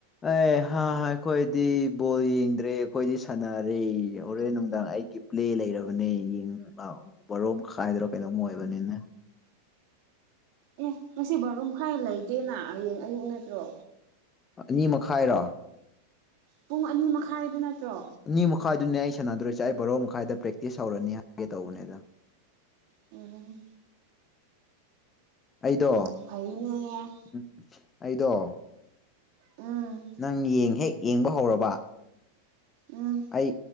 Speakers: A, on the left (about 20°); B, on the right (about 45°).
A: ꯑꯦ ꯍꯥ ꯑꯩꯈꯣꯏꯗꯤ ꯕꯣꯜ ꯌꯦꯡꯗ꯭ꯔꯦ ꯑꯩꯈꯣꯏꯗꯤ ꯁꯥꯟꯅꯔꯦ ꯌꯧꯔꯦꯟ ꯅꯨꯡꯗꯥꯡ ꯑꯩꯒꯤ ꯄ꯭ꯂꯦ ꯂꯩꯔꯕꯅꯦ ꯌꯦꯡꯉ ꯂꯥꯛꯑꯣ ꯕꯣꯔꯣ ꯃꯈꯥꯏꯗ꯭ꯔꯥ ꯀꯩꯅꯣꯝ ꯑꯣꯏꯕꯅꯤꯅ
B: ꯑꯦ ꯑꯁꯤ ꯕꯥꯔ‌ꯣ ꯃꯈꯥꯏ ꯂꯩꯇꯦꯅ ꯍꯌꯦꯡ ꯑꯌꯨꯛ ꯅꯠꯇ꯭ꯔꯣ
A: ꯑꯅꯤ ꯃꯈꯥꯏꯔꯣ
B: ꯄꯨꯡ ꯑꯅꯤ ꯃꯈꯥꯏꯗꯨ ꯅꯠꯇ꯭ꯔꯣ
A: ꯑꯅꯤ ꯃꯈꯥꯢꯗꯨꯅꯦ ꯑꯩ ꯁꯥꯟꯅꯗꯔ꯭ꯣꯢꯁꯦ ꯑꯩ ꯕꯥꯔꯣ ꯃꯈꯥꯢꯗ ꯄ꯭ꯔꯦꯛꯇꯤꯁ ꯍꯧꯔꯅꯤ ꯍꯥꯢꯒꯦ ꯇꯧꯕꯅꯦꯗ
B: ꯎꯝ
A: ꯑꯩꯗꯣ
B: ꯎꯝ ꯐꯩꯅꯦ
A: <inaudible> ꯑꯩꯗꯣ
B: ꯎꯝ
A: ꯅꯪ ꯍꯦꯛ ꯌꯦꯡꯕ ꯍꯧꯔꯕ
B: ꯎꯝ
A: ꯑꯩ